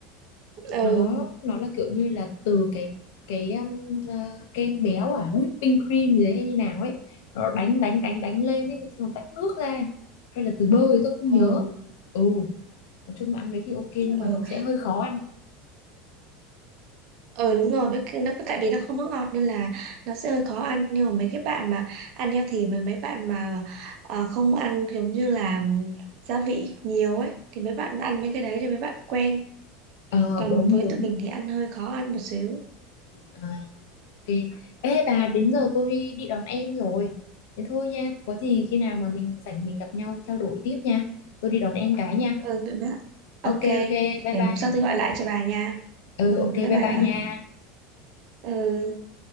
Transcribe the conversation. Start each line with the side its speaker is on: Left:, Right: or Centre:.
Right: ừ,
Left: nó Ừ. nó là kiểu như là từ cái cái um, à, kem béo à whipping cream gì đấy hay như nào ấy nó đánh đánh đánh đánh lên ấy xong nó tách nước ra hay là từ bơ thì tôi không nhớ
Right: ừ,
Left: ừ nói chung là ăn đấy thì ok nhưng
Right: ừ,
Left: mà nó sẽ hơi khó ăn
Right: ừ đúng rồi. Với cái, nó tại vì nó không có ngọt nên là nó sẽ hơi khó ăn. Nhưng mà mấy cái bạn mà ăn healthy mà mấy bạn mà ờ, không ăn giống như là gia vị nhiều ấy thì mấy bạn ăn mấy cái đấy thì mấy bạn quen.
Left: ờ
Right: Còn
Left: đúng
Right: với
Left: đúng
Right: tụi mình thì ăn hơi khó ăn một xíu.
Left: À, Ok. Ê bà, đến giờ tôi đi, đi đón em rồi. Thế thôi nha, có gì khi nào mà mình rảnh mình gặp nhau trao đổi tiếp nha. Tôi đi đón em cái nha.
Right: ừ vậy mà ok
Left: Ok ok, bye
Right: để
Left: bye,
Right: hôm sau tôi gọi
Left: bye
Right: lại
Left: bye.
Right: cho bà nha
Left: Ừ
Right: ừ
Left: ok,
Right: bye
Left: bye
Right: bye
Left: bye
Right: bà
Left: nha.
Right: ừ